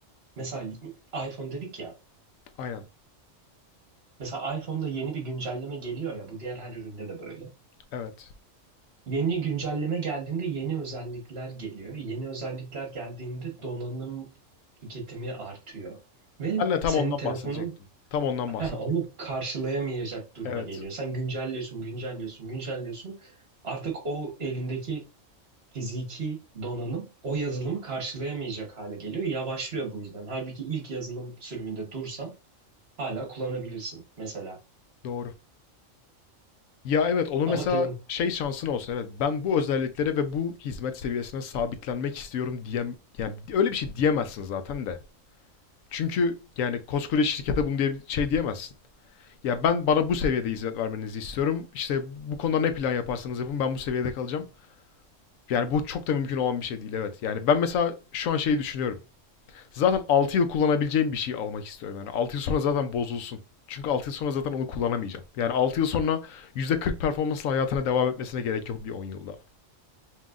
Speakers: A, on the right (about 50°); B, on the left (about 85°).
A: Mesela iPhone dedik ya.
B: Aynen.
A: Mesela iPhone'da yeni bir güncelleme geliyor ya. Bu diğer her üründe de böyle.
B: Evet.
A: Yeni güncelleme geldiğinde yeni özellikler geliyor. Yeni özellikler geldiğinde donanım tüketimi artıyor. Ve
B: Ben de tam
A: senin
B: ondan
A: telefonun
B: bahsedecektim. Tam ondan
A: <laughs>
B: bahsedecektim.
A: onu karşılayamayacak duruma
B: Evet.
A: geliyor. Sen güncelliyorsun, güncelliyorsun, güncelliyorsun. Artık o elindeki fiziki donanım o yazılımı karşılayamayacak hale geliyor. Yavaşlıyor bu yüzden. Halbuki ilk yazılım sürümünde dursan hala kullanabilirsin mesela.
B: Doğru. Ya evet onu
A: Ama
B: mesela
A: den
B: şey şansın olsun evet ben bu özelliklere ve bu hizmet seviyesine sabitlenmek istiyorum diyem yani öyle bir şey diyemezsin zaten de. Çünkü yani koskoca şirkete bunu diye şey diyemezsin. Ya ben bana bu seviyede hizmet vermenizi istiyorum. İşte bu konuda ne plan yaparsanız yapın ben bu seviyede kalacağım. Yani bu çok da mümkün olan bir şey değil evet. Yani ben mesela şu an şeyi düşünüyorum. Zaten 6 yıl kullanabileceğim bir şey almak istiyorum. Yani 6 yıl sonra zaten bozulsun. Çünkü 6 yıl sonra zaten onu kullanamayacağım. Yani 6 yıl sonra %40 performansla hayatına devam etmesine gerek yok bir on yıl daha.